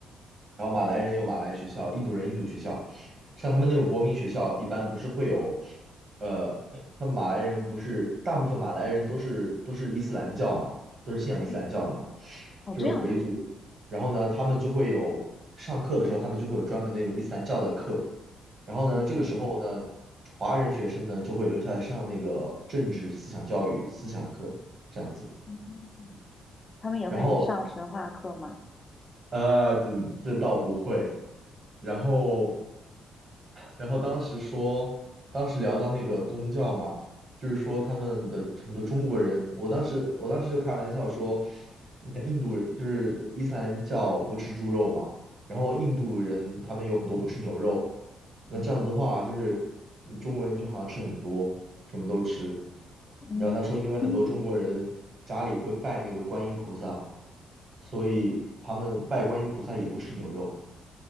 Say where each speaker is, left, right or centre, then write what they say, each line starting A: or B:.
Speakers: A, on the right (about 40°); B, on the left (about 30°).
A: 然后马来人有马来学校，印度人印度学校。像他们那种国民学校，一般不是会有，呃，他们马来人不是大部分马来人都是都是伊斯兰教嘛，都是信仰伊斯兰教的嘛。
B: 嗯，哦，
A: 就是回族。
B: 这样的，
A: 然后呢，他们就会有上课的时候，他们就会有专门那种伊斯兰教的课。然后呢，
B: 嗯嗯，
A: 这个时候呢，华人学生呢就会留下来上那个政治思想教育思想课这样子。
B: 嗯他们也会上神话课吗？
A: 然后呃，这这倒不会，然后，然后当时说，当时聊到那个宗教嘛，就是说他们的很多中国人，我当时我当时就开玩笑说，你看印度人就是伊斯兰教不吃猪肉嘛，然后印度人他们有很多不吃牛肉，那这样子的话就是
B: 嗯
A: 中国人就好像吃很多，什么都吃。
B: 嗯
A: 然后他说，因为很多中国人家里会拜那个观音菩萨，
B: 嗯，
A: 所以他们拜观音菩萨也不吃牛肉。